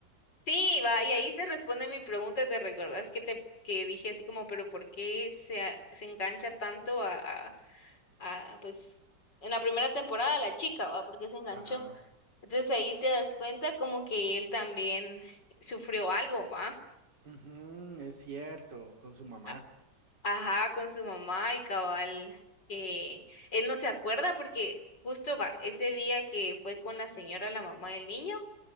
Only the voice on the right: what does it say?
Ajá.
Ujú, es cierto, con su mamá.